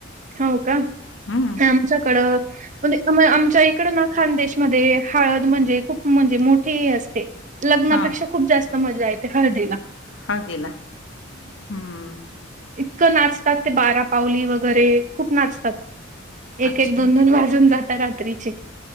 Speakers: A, on the right; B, on the left.
A: हो का
B: हम्म.
A: आमच्याकडं मआमच्या इकड ना खानदेश मध्ये हळद म्हणजे खूप म्हणजे मोठी असते लग्नापेक्षा
B: हा
A: खूप जास्त मजा येते हळदीला
B: हळदीला हम्म
A: इतक नाचतात ते बारा पावली वगैरे खूप नाचतात एक
B: अच्छा.
A: एक दोन दोन वाजून जातात रात्रीची